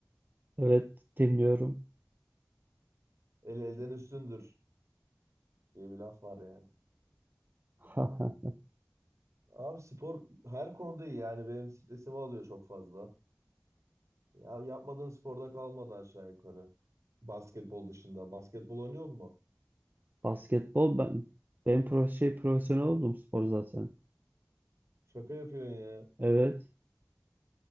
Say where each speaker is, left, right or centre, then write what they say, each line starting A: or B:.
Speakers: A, on the right; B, on the right.
A: evet dinliyorum.
B: el elden üstündür diye bir laf var yani.
A: <laughs>
B: Abi spor her konuda iyi yani benim stresimi alıyor çok fazla. Ya yapmadığın sporda kalmadı aşağı yukarı. Basketbol dışında. Basketbol oynuyor mu?
A: Basketbol ben ben pro şey profesyonel oldum spor zaten.
B: Şaka yapıyorsun ya.
A: Evet.